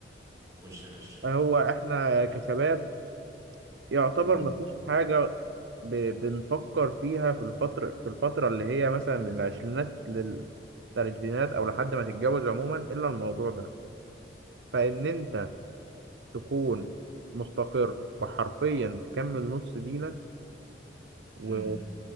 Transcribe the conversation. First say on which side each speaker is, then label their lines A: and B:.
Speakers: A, on the right; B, on the right.
A: وخش يا باشا
B: هو احنا كشباب يعتبر
A: امم
B: مفيش حاجة ب- بنفكر فيها في الفترة في الفترة اللي هي مثلا من العشرينات للثلاثينات او لحد ما تتجوز عموما الا الموضوع ده فان انت تكون مستقر وحرفيا تكمل نص دينك و...
A: امم